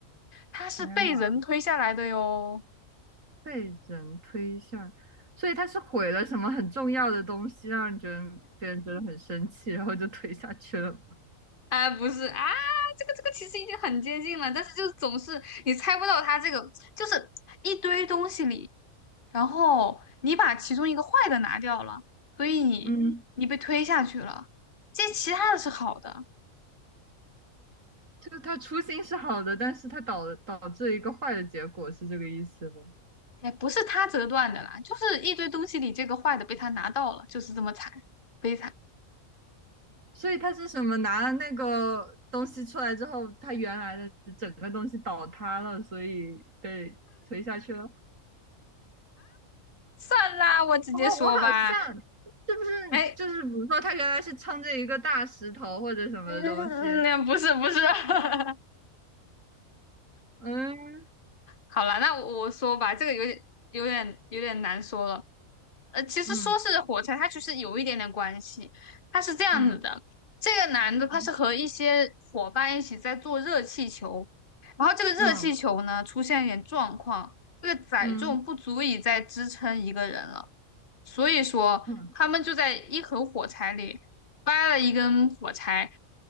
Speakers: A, on the left (about 40°); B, on the right (about 70°).
A: 它是被人推下来的哟。
B: 天呐，被人推下，所以他是毁了什么很重要的东西，让人觉得别人觉得很生气，然后就推下去了。
A: 哎，不是啊，这个这个其实已经很接近了，但是就是总是你猜不到它这个，就是一堆东西里，然后你把其中一个坏的拿掉了，所以你你被推下去了，
B: 嗯，
A: 这其他的是好的，
B: 就他初心是好的，但是他导导致一个坏的结果，是这个意思吗？
A: 也不是他折断的啦，就是一堆东西里这个坏的被他拿到了，就是这么惨，悲惨。
B: 所以他是什么？拿了那个东西出来之后，他原来的整个东西倒塌了，所以被推下去了。
A: 算啦，我直接说吧，
B: 哦，我好像是不是就是比如说他原来是撑着一个大石头或者什么东西？
A: 哎，嗯，嗯嗯嗯不是不是。<laughs>
B: 嗯
A: 好了，那我我说吧，这个有点有点有点难说了。呃，其实说是火柴，
B: 嗯
A: 它其实有一点点关系。它是这样子的，
B: 嗯
A: 这个男的他是和一些伙伴一起在做热气球，
B: 嗯
A: 然后这个热气球呢出现一点状况，
B: 嗯
A: 这个载重不足以再支撑一个人了，
B: 嗯嗯。嗯
A: 所以说他们就在一盒火柴里掰了一根火柴，
B: 嗯